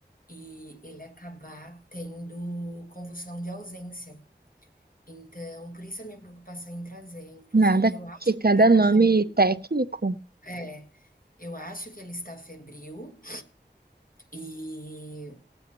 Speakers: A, on the left (about 50°); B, on the right (about 55°).
A: e ele acabar tendo convulsão de ausência Então, por isso a minha preocupação em trazer, inclusive
B: Nada
A: eu acho
B: que cada
A: que ele está
B: nome
A: febril
B: técnico.
A: é, eu acho que ele está febril e